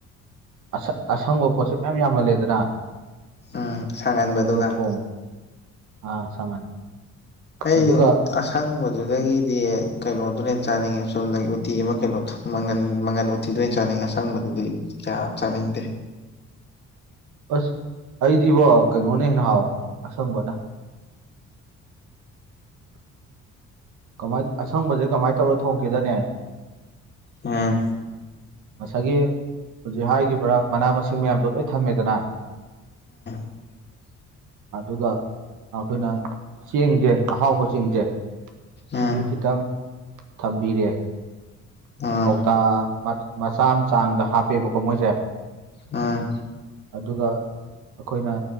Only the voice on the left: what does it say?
ꯎꯝ ꯁꯥꯡꯍꯟꯕꯗꯨꯒ
ꯑꯩꯗꯤ
ꯑꯁꯪꯕꯗꯨꯗꯒꯤꯗꯤ ꯀꯩꯅꯣꯗꯨꯅꯦ ꯍꯦꯟꯅꯥ ꯆꯥꯅꯤꯡꯉꯦ ꯆꯨꯝꯅꯥꯒꯤ ꯎꯇꯤ ꯑꯃ ꯀꯩꯅꯣꯗꯣ ꯃꯪꯒꯟ ꯃꯪꯒꯟ ꯎꯠꯇꯤꯗꯣꯏ ꯆꯥꯅꯤꯡꯉꯦ ꯑꯁꯪꯕꯗꯨꯗꯤ ꯀꯌꯥ ꯆꯥꯅꯤꯡꯗꯦ
ꯎꯝ
<inaudible>
ꯎꯝ
ꯎꯝ
ꯑꯥ